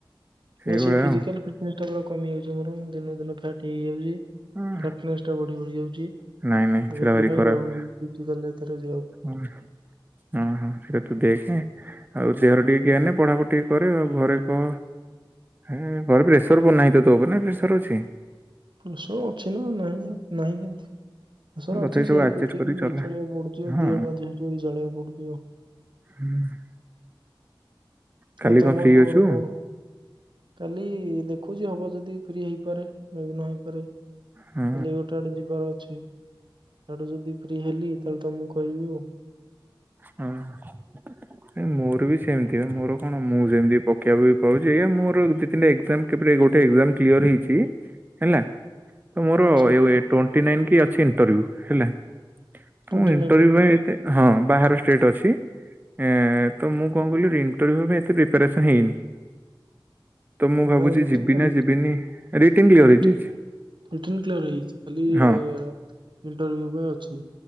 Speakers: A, on the right (about 20°); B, on the right (about 65°).
A: ସେଇଭଳିଆ
B: ନା ସେଇ ଫିଜିକାଲ ଫିଟନସ୍ ଟା ପୁରା କମି ଯାଉଛି ମୋର ମୁ ଦିନ ଦିନ ଫ୍ୟାଟ ହେଇଯାଉଛି।
A: ଆଉ।
B: ଫ୍ୟାଟନେସ ଟା ବଢି ବଢି ଯାଉଛି।
A: ନାଇଁ ନାଇଁ
B: ମୁଁ
A: ସେଟା
B: ସେଥିପାଇଁ
A: ଭାରି ଖରାପ
B: ଭାବୁଛି ଫିଜିକାଲ ଏଥର ଯିବାକୁ
A: ହଁ-ହଁ-ହଁ ସେଟା ତୁ ଦେଖେ ଆଉ ଦେହର ଟିକେ କେୟାର ନେ ପଢାପଢ଼ି ଟିକେ କରେ ଆଉ ଘରେ କହ ହେ ଘରେ ପ୍ରେସର ନାହିଁ ତ ତୋ ଉପରେ ନା ପ୍ରେସର ଅଛି।
B: ପ୍ରେସର ଅଛି ନା ନାହିଁ ନାହିଁ କେମିତି। ପ୍ରେସର
A: ହଁ, ତଥାପି
B: ଅଛି
A: ସବୁ
B: ସେୟାକୁ
A: ଆଡଜଷ୍ଟ
B: ଦେଖିକି
A: କରି ଚଲା
B: ଚଳେଇବାକୁ ପଡୁଛି
A: ହଁ
B: ଦିଆଡୁଆ ଦିହତିଆ ଚଳେଇବାକୁ ପଡୁଛି ଆଉ।
A: ହୁଁ। କାଲି
B: ଆଉ ତମ
A: କଣ ଫ୍ରି
B: ଖବର
A: ଅଛୁ?
B: କଣ କାଲି ଦେଖୁଛି ହବ ଯଦି ଫ୍ରି ହେଇପାରେ ବି ନ ହେଇପାରେ ଖାଲି
A: ହଁ
B: ଗୋଟେ ଗଟେ ଯିବାର ଅଛି। ଆଡୁ ଯଦି ଫ୍ରି ହେଲି ତାହେଲେ ତମକୁ କହିବି ଆଉ।
A: ହୁଁ। ମୋର ବି ସେମିତି ମୋର କଣ ମୁଁ ସେମିତି ପକେଇବାକୁ କହୁଛି ଆଜ୍ ମୋର ଦି ତିନଟା ଏକ୍ଜାମ କେ ଏଇ ଗୋଟେ ଏଗଜାମ କ୍ଳିଅର ହେଇଛି ହେଲା। ତ ମୋର
B: ଆଚ୍ଛା
A: ଟୋଣ୍ଟି ନାଇନ କି ଅଛି ଇଣ୍ଟରଭ୍ୟୁ ହେଲା। ତ
B: ଟ୍ୱେଣ୍ଟି
A: ଇଣ୍ଟରଭିୟ
B: ନାଇନ ରେ
A: ପାଇଁ ଏତେ ହଁ ବାହାର ଷ୍ଟେଟ ଅଛି। ଏ ତ ମୁଁ କଣ କହିଲି ଇଣ୍ଟରୁ ଭ୍ୟୁ ଏତେ ପ୍ରିପାରେସନ ହେଇନି। ତ ମୁଁ
B: ନମେ
A: ଭାବୁଛି
B: ଏଡ଼ିଟଡ଼ି।
A: ଯିବି ନା ଯିବିନି ରିଟିନ୍ କ୍ଲିୟର ହେଇଯାଇଛି
B: କ୍ୟର ହେଇଯଛି ଖାଲି।
A: ହଁ
B: ଇଣ୍ଟରଭି୍ୟୁ ପାଇଁ ଅଛି।